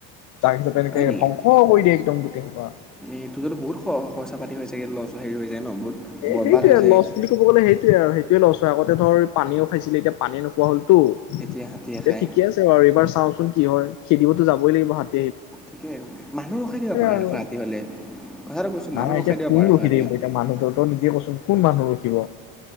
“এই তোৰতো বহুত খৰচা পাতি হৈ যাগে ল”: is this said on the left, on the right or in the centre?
Centre